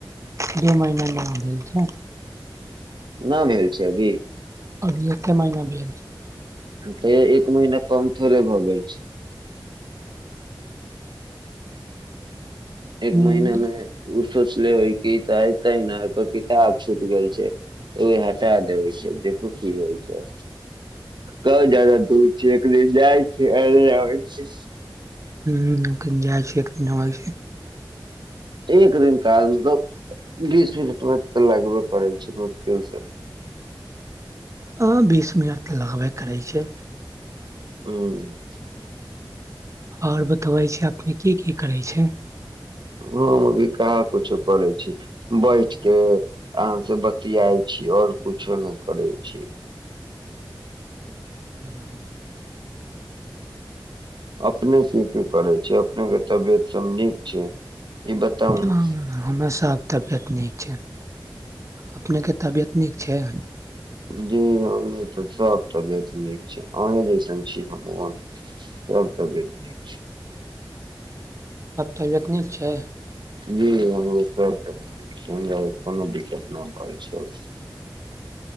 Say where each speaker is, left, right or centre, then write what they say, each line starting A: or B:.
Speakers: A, on the right (about 35°); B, on the right (about 65°).
A: जे महीनामे भेल छ।
B: न म हेल छै अभी।
A: अभी एके महिना भेलल छै।
B: तैयो एक महीना कम थोड़े भऽ गेल छै। एक
A: हूँ
B: महिने अमे। सोचले हो कि तऽ एते ने एकर किताब छूटि गेल छै तऽ ओ हटा देबे छै देखू की होइ छै क जादा दूर छै एकिन जाइ छैब छै।
A: हू। क जाइ छैख दिनै छै।
B: एक दिन काल मतलब बीस मिनटमे लगबे पड़ै छै मुश्किल से
A: हँ बीस मिनट तऽ लगबे करै छै।
B: हँ।
A: और बतबै छी अपने की की करै छै।
B: हम अभी कहा कुछो करै छी बैठ के अहाँ से बतियाइ छी और कुछो नय करै छी।
A: हँ,
B: अपने की की करै छै अपनेके तबियत सब नीक छै। ई बताउ न
A: ह हमरा सब तबियत नीक छै अपने के तबियत नीक छै।
B: जी हम तऽ सभ तबियत नीक छै अहीँ जैसन छी हमूँ आ सभ तबियत नीक छै।
A: सब तबियत नीक छै।
B: जी हमो सबके ब हमरा कोनो दिक्कत नहि प छै।